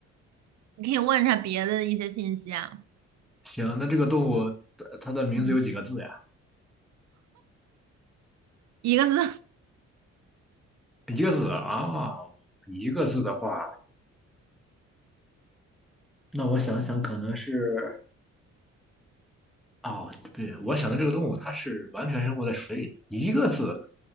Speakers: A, on the right; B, in the centre.
A: 你可以问一下别的一些信息啊。
B: 行，那这个动物呃它的名字有几个字呀？
A: 嗯，一个字，<laughs>
B: 一个字啊，一个字的话，那我想想，可能是哦，不对，我想的这个动物它是完全生活在水里的，一个字，